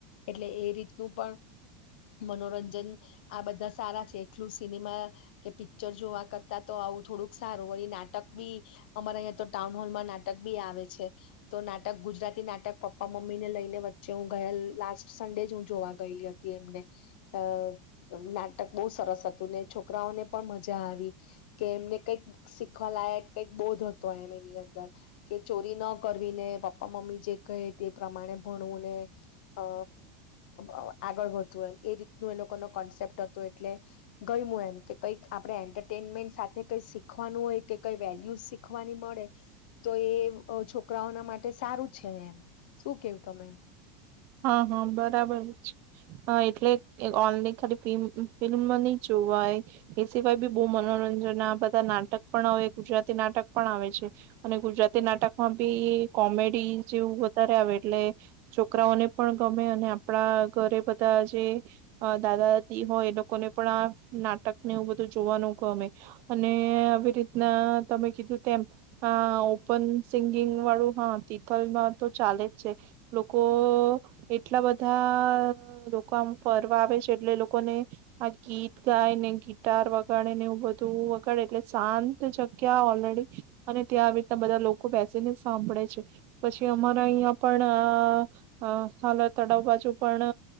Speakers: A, on the left; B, on the right.
A: એટલે એ રીતનું પણ મનોરંજન આ બધા સારા છે એટલું સિનેમા કે પિક્ચર જોવા ક તા આવું થોડુંક સારું વળી નાટક ભી અમારા અહીંયા તો ટાઉન હોલમાં નાટક ભી આવે છે. તો નાટક ગુજરાતી નાટક પપ્પા-મમ્મી ને લઈને વચ્ચે હું ગયેલ લાસ્ટ સન્ડે જ હું જોવા ગયેલી હતી એમને અ નાટક બહુ સરસ હતું ને છોકરાઓને પણ મજા આવી કે એમને કઈક શીખવાલાયક કઈક બોધ હતો એમ એની અંદર કે ચોરી ન કરવીને પપ્પા-મમ્મી જે કહે તે પ્રમાણે ભણવુંને અ અ આગળ વધવું એમ એ રીતનું એ લોકોનો કોન્સેપ્ટ હતો એટલે ગય હું એમ કે કંઈક આપણે એન્ટરટેનમેન્ટ સાથે કઈ શીખવાનું હોય કે કઈ વેલ્યુ શીખવાની મળે તો એ અ છોકરાઓના માટે સારું છે એમ. શું કેવું તમે?
B: હા, હા, બરાબર જ હ એટલે ઓનલી ખાલી ફિલ્મ નહી જોવાય એ સિવાય ભી બહ મનોરંજન બધા નાટક પણ આવે. ગુજરાતી નાટક પણ આવે છે અને ગુજરાતી નાટકમાં ભી કોમેડી જેવું વધારે આવે એટલે છોકરાઓને પણ ગમે અને આપડા ઘરે બધા જે દાદાદાદી હોય એ લોકોને પણ આ નાટકને બધું જોવાનું ગમે અને આવી રીતના તમે કીધું તેમ આ ઓપન સિંગિંગ વાળું હા, તિથલમાં તો ચાલે જ છે લોકો એટલા બધા લોકો આમ ફરવા આવે છે એટલે લોકોને આ ગીત ગાય ને ગિટાર વગાડે ને એવું બધું વગાડે એટલે શાંત જગ્યા ઓલરેડી અને ત્યાં આવી રીતના બધા લોકો બેસીને સાંભળે છે પછી અમારા અહિયાં પણ અ અ હાલ તળાવ બાજુ પણ